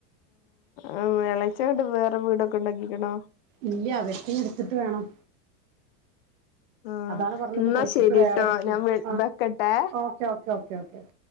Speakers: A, on the left; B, on the right.
A: ആ എളേച്ചൻ വടെ വേറെ വീടൊക്കെണ്ടാക്കിക്ക്‌ണോ
B: ഇല്ല അവര്ക്ക്‌ഞ്ഞി ഇട്ത്ത്ട്ട് വേണം
A: ആഹ്
B: അതാണ് പറഞ്ഞത്
A: എന്നാ
B: പൊളിച്ചിട്ട്
A: ശരിട്ടോ
B: വേറെടുക്കും
A: ഞാൻ വെ
B: ആ്
A: വെക്കട്ടെ
B: ഓക്കേ ഓേ ഓേ ഓ